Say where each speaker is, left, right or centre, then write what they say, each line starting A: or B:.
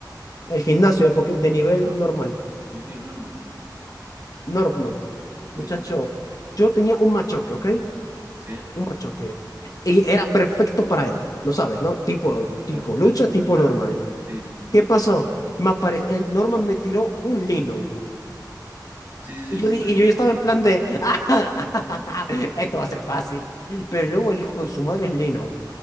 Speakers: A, on the left; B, on the right.
A: El gimnasio de, Poké- de nivel
B: Ah,
A: normal.
B: sí, sí, el normal.
A: Norman.
B: Sí,
A: Muchacho,
B: sí, sí.
A: yo tenía un machoque, ¿ok?
B: Sí,
A: Un machoque. Y era perfecto para él. Lo sabes, ¿no? Tipo, tipo
B: normal,
A: lucha,
B: sí.
A: tipo
B: Lucha-
A: normal.
B: Sí, sí, sí.
A: ¿Qué pasó? Me apare- el Norman me tiró un Lino
B: Sí, sí,
A: Y
B: sí,
A: yo,
B: sí,
A: di-
B: cacho.
A: y yo ya estaba en plan de, <laughs> esto va a ser fácil. Pero luego el hijo de su madre, Lennon,